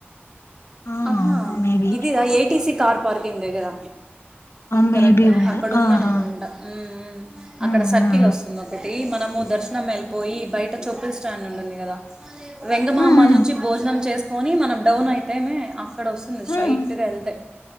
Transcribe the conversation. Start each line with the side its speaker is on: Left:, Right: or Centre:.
Left: ఆ
Right: ఆహా
Left: మేబి
Right: ఇదిరా A T C car parking దగ్గర
Left: ఆ మేబి
Right: కరెక్ట్
Left: ఉండ
Right: అక్కడ ఉందనుకుంటా
Left: ఆహా!
Right: ఊ ఊ
Left: హ్మ్
Right: అక్కడ సర్కిల్
Left: హ్మ్
Right: వస్తుంది ఒకటి ఒకటి మనము దర్శనం వెళ్ళిపోయి బయట చొప్పుల్ స్టాండ్ ఉంటుంది కదా వెంగమాంబ
Left: హ్మ్
Right: నుంచి భోజనం చేసు చేసుకోని మనం డౌన్ అయితే అక్కడ వస్తుంది
Left: హ్మ్
Right: స్ట్రెయిట్గా వెళ్తే